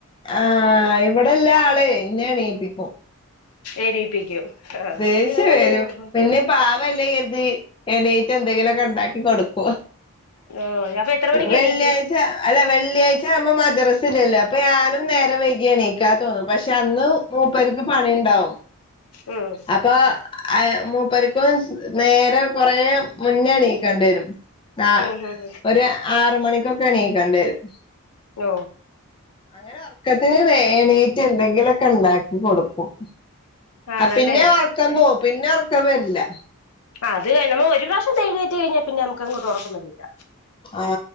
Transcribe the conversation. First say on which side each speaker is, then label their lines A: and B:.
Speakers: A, on the left; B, on the left.
A: ആ ആഹ് ഇവിടെല്ല ആളുവെ എന്നെ എണീപ്പിക്കും
B: എണീപ്പിക്കും ആ
A: ദേഷ്യം
B: അങ്ങനെയൊന്നും
A: വരും
B: നിർബന്ധ
A: പിന്നെ പാവല്ലേ കരുതി എണീറ്റെന്തെങ്കിലുവൊ ക്കെ ഉണ്ടാക്കി കൊടുക്കുവാ
B: ഓ അപ്പൊ എത്ര മണിക്ക്
A: വെള്ളിയാഴ്ച്ച
B: എണീക്കും
A: അല്ല വെള്ളിയാഴ്ച്ച ആവുമ്പോ മദ്രസയില്ലല്ലൊ അപ്പൊ ഞാനും നേരം വൈകിയെണീക്കാ തോന്നും പക്ഷെ അന്ന് മൂപ്പർക്ക് പണി ഉണ്ടാവും
B: ഉം
A: അപ്പൊ <unintelligible> മൂപ്പർക്ക് നേരെ കൊറേ മുന്നെ എണീക്കണ്ടെ വരും ആ
B: ഉം ഉം
A: ഒരു ആറു മണിക്കൊക്കെ എണീക്കേണ്ടി വരും
B: ഓ
A: അങ്ങനെ ഉറക്കത്തിന് വേണീറ്റ് എണ്ടെങ്കിലൊക്കെ ഉണ്ടാക്കി കൊടുക്കും
B: ആണല്ലേ
A: ആ പിന്നെ ഉറക്കും പോ പിന്നെ ഉറക്കും വരില്ല.
B: അത് നമ്മ ഒരു പ്രാവശ്യം ഒന്ന് എഴുന്നേറ്റു കഴിഞ്ഞാൽ പിന്നെ ങ്ങോട്ട് ഉറക്കവരുല്ല
A: ആ